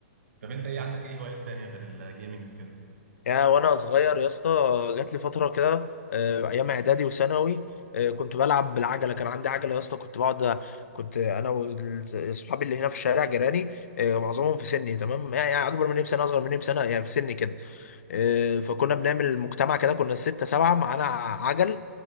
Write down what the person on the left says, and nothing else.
يا وانا صغير يا اسطى جات لي فتره كده آه، ايام اعدادي وثانوي آه، كنت بلعب بالعجله كان عندي عجله يا اسطى كنت بقعد كنت انا واصحابي اللي هنا في الشارع جيراني آه، معظمهم في سني تمام يعني يعني اكبر مني بسنه اصغر مني بسنه يعني في سني كده آه، فكنا بنعمل مجتمع كده كنا سته سبعه معانا عجل